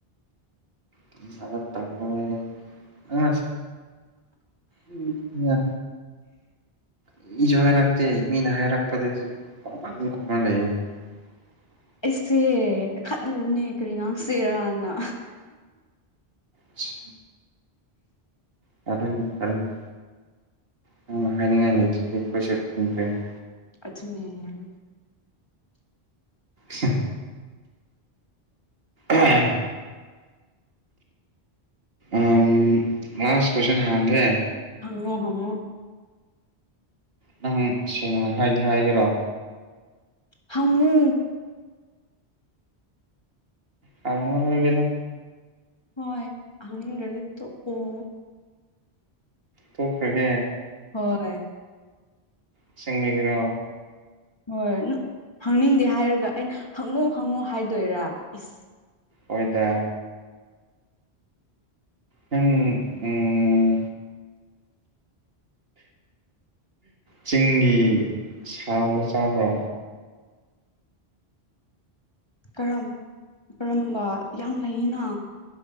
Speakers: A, on the right (about 65°); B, on the left (about 25°).
A: ꯇꯨꯝꯅꯕ ꯇꯧꯔꯣꯌꯦ ꯑꯁ ꯎꯝ ꯌꯥ ꯀꯔꯤꯁꯨ ꯍꯥꯏꯔꯛꯇꯦ ꯃꯤꯅ ꯍꯥꯏꯔꯛꯄꯗꯗꯤ ꯄꯪꯄꯪ ꯈꯨꯝꯃ ꯂꯩꯌꯦ <inaudible>
B: ꯑꯩꯁꯦ ꯈꯠꯂꯤꯕꯅꯦ ꯀꯔꯤ ꯉꯥꯡꯁꯦꯔꯅ
A: ꯁꯤ ꯐꯔꯦꯅꯦ ꯐꯔꯦꯅꯦ ꯅꯪꯅ ꯍꯥꯢꯅꯤꯡꯉꯥꯢ ꯂꯩꯇ꯭ꯔꯥꯗꯤ ꯑꯈꯣꯢꯁꯨ ꯈꯪꯗ꯭ꯔꯦꯅꯦ
B: ꯑꯗꯨꯅꯦ ꯂꯨꯢ
A: ꯍ ꯑꯍꯝ ꯑꯝ ꯂꯥꯁ ꯀꯣꯢꯁꯟ ꯍꯥꯡꯒꯦ
B: ꯍꯪꯉꯣ ꯍꯪꯉꯣ
A: ꯅꯪ ꯁꯦꯡꯅ ꯍꯥꯏꯗꯤ ꯍꯥꯏꯒꯦꯔꯣ
B: ꯍꯪꯉꯣ
A: ꯍꯪꯉꯔꯣꯢꯒꯦꯗ
B: ꯍꯣꯏ ꯍꯪꯅꯤꯡꯗ꯭ꯔꯗꯤ ꯇꯣꯛꯑꯣ
A: ꯇꯣꯛꯈ꯭ꯔꯒꯦ
B: ꯍꯣꯏ
A: ꯑꯁꯦꯡꯕꯒꯤꯔꯣ
B: ꯍꯣꯏ ꯅ ꯍꯪꯅꯤꯡꯗꯦ ꯍꯥꯏꯔꯒ ꯑꯩꯅ ꯍꯪꯉꯣ ꯍꯪꯉꯣ ꯍꯥꯏꯗꯣꯏꯔꯥ ꯏꯁ
A: ꯍꯣꯏꯗ ꯅꯪ ꯎꯝ ꯆꯤꯡꯒꯤ ꯁꯥ ꯑꯃ ꯆꯥꯕ꯭ꯔꯣ
B: ꯀꯔꯝ ꯀꯔꯝꯕ ꯌꯥꯝ ꯂꯩꯌꯦꯅ